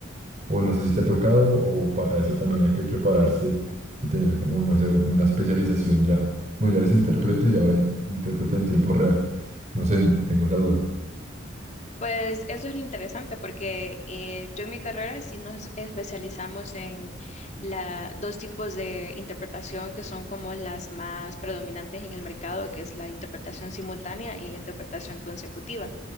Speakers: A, on the right (about 35°); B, on the left (about 35°).
A: o no sé si te ha tocado, o para eso también hay que prepararse y tener como, no sé, una especialización ya. Bueno, ya eres intérprete y ahora in- intérprete en tiempo real. No sé, tengo esa duda.
B: Pues eso es lo interesante porque eh, yo en mi carrera sí nos especializamos en la, dos tipos de interpretación que son como las más predominantes en el mercado, que es la interpretación simultánea y la interpretación consecutiva.